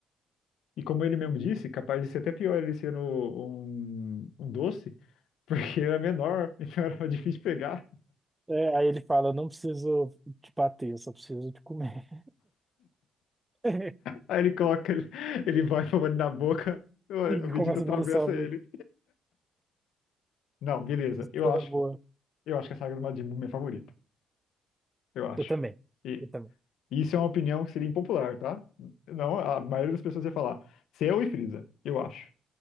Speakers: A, on the left; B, on the right.
A: E como ele mesmo disse, capaz de ser até pior ele sendo um, um doce, <laughs> porque era menor, <laughs> então era difícil pegar.
B: É, aí ele fala, não preciso te bater, eu só preciso te comer. <laughs>
A: Aí ele coloca, ele, ele vai <laughs> com a mão na boca, <laughs>
B: E
A: o Vegeta
B: começa
A: atravessa
B: a balançar uma
A: ele. Não, beleza. Eu
B: cena
A: acho,
B: boa.
A: eu acho que a saga do Majin Buu é minha favorita. Eu acho.
B: Eu também,
A: E
B: eu também.
A: isso é uma opinião que seria impopular, tá? Não, a maioria das pessoas ia falar, Cell e Frieza, eu acho.